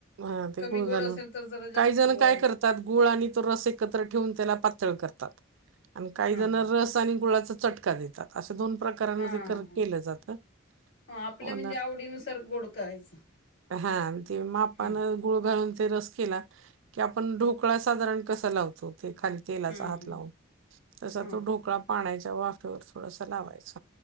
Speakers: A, on the right; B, on the left.
A: हा ते
B: कमी
A: गुळ
B: गोड
A: घालून
B: असेल तर जरा
A: काही
B: जास्त
A: काय
B: गोड हा
A: करतात गुळ आणि तो रस एकत्र ठेवून त्याला पातळ करतात आणि काही जण
B: हा
A: रस आणि गुळाचा चटका देतात असं दोन प्रकार
B: हा हा
A: केलं जात
B: हा आपल्या
A: प
B: म्हणजे आवडीनुसार गोड करायचं
A: हा ते मापानं
B: हा
A: गुळ घालून ते रस केला की आपण ढोकळा साधारण कसा लावतो खाली तेलाचा
B: हा
A: हात
B: हा
A: लावून तसा
B: हा
A: तो ढोकळा पाचा च्या वाफेवर थोडस लावायच